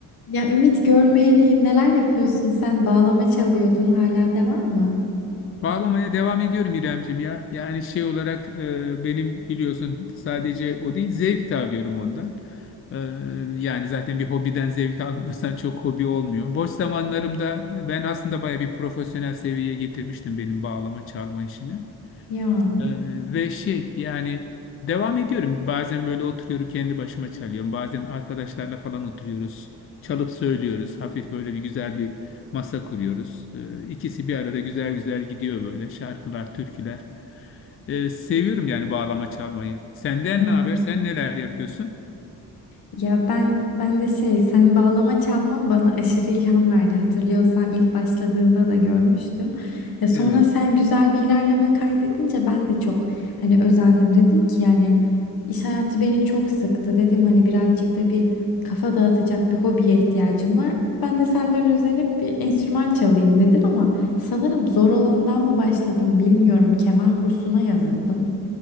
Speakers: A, on the left; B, on the left.
A: Ya Ümit görmeyeli neler yapıyorsun sen? Bağlama çalıyordun hala devam mı?
B: Bağlamaya devam ediyorum İremcim ya. Yani şey olarak e, benim biliyorsun sadece o değil zevk de alıyorum ondan. E, yani zaten bir hobiden zevk <laughs> almıyorsan çok hobi olmuyor. Boş zamanlarımda ben aslında baya bir profesyonel seviyeye getirmiştim benim bağlama çalma işini.
A: Ya
B: Ee, ve şey yani devam ediyorum. Bazen böyle oturuyorum kendi başıma çalıyorum. Bazen arkadaşlarla falan oturuyoruz. Çalıp söylüyoruz. Hafif böyle bir güzel bir masa kuruyoruz. Ee, ikisi bir arada güzel güzel gidiyor böyle. Şarkılar, türküler. Ee, seviyorum yani bağlama çalmayı. Senden
A: ya.
B: ne haber? Sen neler yapıyorsun?
A: Ya ben ben de şey sen bağlama çalman bana aşırı ilham verdi. Hatırlıyorsan ilk başladığında da görmüştüm. Ya sonra
B: Evet.
A: sen güzel bir ilerleme kaydedince ben de çok hani özendim dedim ki yani iş hayatı beni çok sıktı dedim hani birazcık da bir kafa dağıtacak bir hobiye ihtiyacım var. Ben de senden özenip bir enstrüman çalayım dedim ama sanırım zor olandan mı başladım bilmiyorum. Keman kursuna yazıldım.